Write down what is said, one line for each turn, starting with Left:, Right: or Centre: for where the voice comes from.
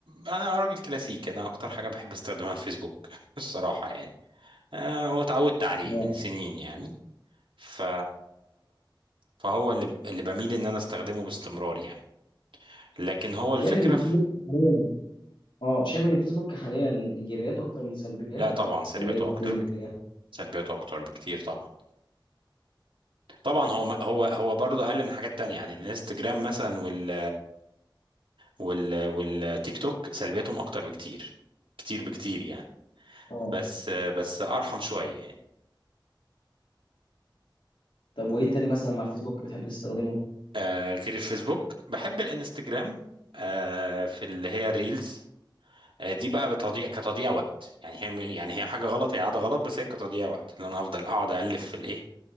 Right: انا راجل كلاسيكي انا اكتر حاجه بحب استخدمها الفيسبوك <laughs> الصراحه يعني آه، هو اتعودت عليه
Left: آه.
Right: من سنين يعني ف فهو اللي اللي بميل ان انا استخدمه باستمرار يعني لكن هو الفكره
Left: شايف ان الفيسبوك
Right: في...
Left: حاليا اه شايف ان الفيسبوك حاليا ايجابياته اكتر من سلبياته
Right: لا طبعا سلبياته
Left: ولا ايه
Right: اكتر
Left: الدنيا
Right: سلبياته اكتر بكتير طبعا طبعا هو هو هو برضه اقل من حاجات تانية يعني الانستجرام مثلا وال وال والتيك توك سلبياتهم اكتر بكتير كتير بكتير يعني
Left: اه
Right: بس بس ارحم شويه يعني
Left: طب وايه تاني مثلا مع الفيسبوك بتحب تستخدمه
Right: آه غير الفيسبوك بحب الانستجرام آه في اللي هي الريلز آه دي بقى بتضيع كتضييع وقت يعني هي م- يعني هي حاجه غلط هي عاده غلط بس هي كتضييع وقت لان انا هفضل اقعد الف في الايه